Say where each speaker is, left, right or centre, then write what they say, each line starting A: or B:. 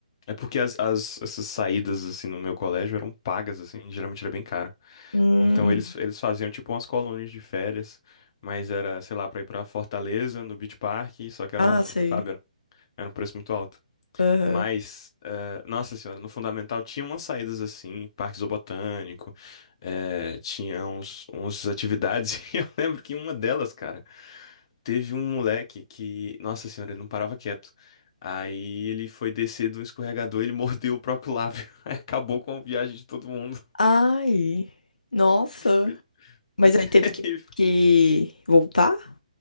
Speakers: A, on the left; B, on the left.
A: É porque as, as- essas saídas, assim, no meu colégio eram pagas, assim, geralmente era bem caro.
B: Hum,
A: Então eles, eles faziam, tipo, umas colônias de férias, mas era, sei lá, pra ir pra Fortaleza, no Beach Park, só que eram,
B: ah, sei.
A: sabe, era um preço muito alto.
B: Aham.
A: Mas, eh, nossa senhora, no fundamental tinha umas saídas assim, parque zoobotânico, eh, tinha uns, uns atividades, <laughs> e eu lembro que em uma delas, cara, teve um moleque que, nossa senhora, ele não parava quieto. Aí ele foi descer do escorregador, ele <laughs> mordeu o próprio lábio, <laughs> Aí acabou com a viagem de todo mundo. <laughs>
B: Ai, nossa.
A: Foi,
B: Mas
A: foi terrível.
B: aí teve que, que voltar?